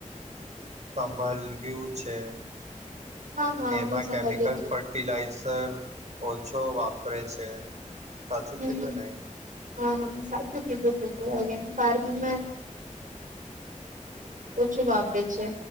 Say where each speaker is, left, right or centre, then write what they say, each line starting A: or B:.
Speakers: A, on the right; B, on the right.
A: વ્યુ <unintelligible>
B: હા હા
A: એમાં
B: હું સંભાળ્યું
A: કેમિકલ
B: છું.
A: ફર્ટિલાઇઝર ઓછો વાપરે છે. સાચું
B: હમ.
A: કીધું ને
B: હા હા સાચું કીધું છે ફાર્મિંગમ. ઓછું વાપરે છે,